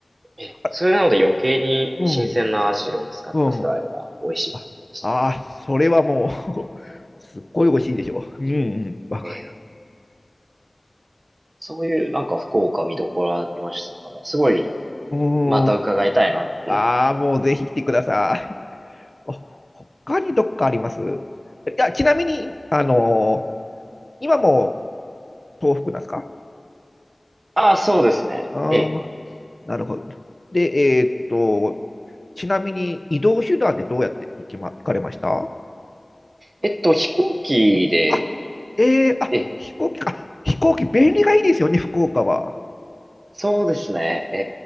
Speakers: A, on the right (about 75°); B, on the left (about 30°).
A: ええそれなので余計に新鮮なアジを使ったフライは美味しいと思いました。
B: あれうん、うん。あ、あそれはもう、<laughs> すっごい美味しいでしょう。うん、うん、わかる。
A: ええそういうなんか福岡見どころありましたから、すごい
B: う
A: また伺いたいなっていう。
B: ん。ああ、もうぜひ来てください。あ、他にどっかありますいや、ちなみに、あのー今も東北なんですか
A: ああ、そうですね。
B: ああー、
A: ええ。
B: なるほど。で、えーっと、ちなみに移動手段でどうやって行きま、行かれました
A: えっと、飛行機で、
B: あ、えー、あ、
A: ええ、
B: 飛行機か。飛行機便利がいいですよね、福岡は。
A: そうですね。え